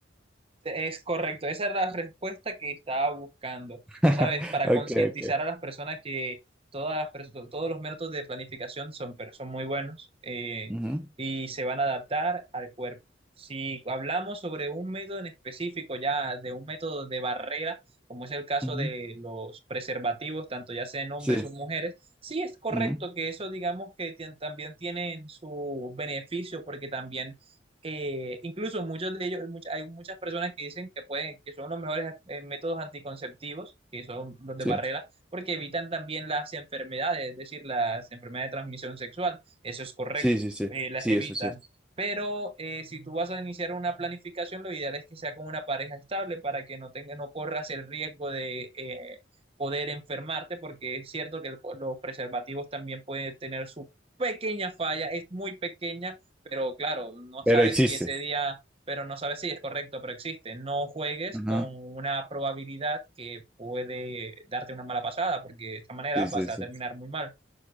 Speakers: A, on the right; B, in the centre.
A: Es correcto, esa era la respuesta que estaba buscando,
B: <laughs>
A: ¿sabes? Para
B: Ok,
A: concientizar
B: ok.
A: a las personas que todas las perso- todos los métodos de planificación son, pero son muy buenos eh,
B: Ujú,
A: y se van a adaptar al cuerpo. Si hablamos sobre un método en específico, ya de un método de barrera, como es el caso
B: ujú.
A: de los preservativos, tanto ya sean hombres
B: Sí,
A: o mujeres, sí es correcto
B: ujú,
A: que eso digamos que tien- también tienen su beneficio porque también eh, incluso muchos de ellos, mucha- hay muchas personas que dicen que pueden, que son los mejores eh, métodos anticonceptivos, que son los de
B: sí,
A: barrera, porque evitan también las enfermedades, es decir, las enfermedades de transmisión sexual. Eso es correcto,
B: sí, sí, sí,
A: eh, las
B: sí,
A: evitan.
B: eso es cierto.
A: Pero eh, si tú vas a iniciar una planificación, lo ideal es que sea con una pareja estable para que no tenga, no corras el riesgo de eh, poder enfermarte, porque es cierto que el- los preservativos también pueden tener su pequeña falla, es muy pequeña pero claro, no
B: Pero
A: sabes
B: existe.
A: si ese día, pero no sabes si es correcto, pero existe. No juegues
B: Ajá.
A: con una probabilidad que puede darte una mala pasada, porque de esta manera
B: Sí,
A: vas
B: sí,
A: a
B: sí.
A: terminar muy mal.